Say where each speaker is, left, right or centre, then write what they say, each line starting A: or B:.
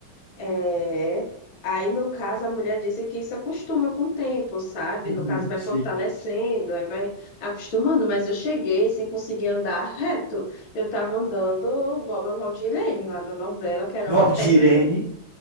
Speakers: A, on the left; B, on the left.
A: É, aí no caso a mulher disse que isso acostuma com o tempo, sabe?
B: Uhum,
A: No caso vai
B: sim.
A: fortalecendo, aí vai acostumando, mas eu cheguei sem conseguir andar reto. Eu tava andando igual a Valdirene lá na novela, que era
B: Valdirene.
A: uma perna assim.